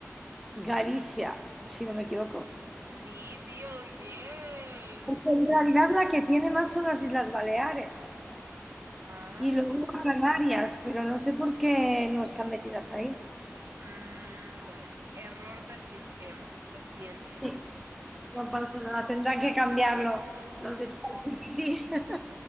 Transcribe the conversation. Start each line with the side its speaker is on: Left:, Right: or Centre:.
Centre: Galicia, si no me equivoco.
Right: Sí, sí, muy bien.
Centre: Porque en realidad la que tiene más son las Islas Baleares.
Right: Ah,
Centre: Y luego a Canarias, pero no sé por qué no están metidas ahí.
Right: mm, bueno, error del sistema. Lo siento, lo siento.
Centre: Sí, No pasa nada, tendrán que cambiarlo. Los de ChatGPT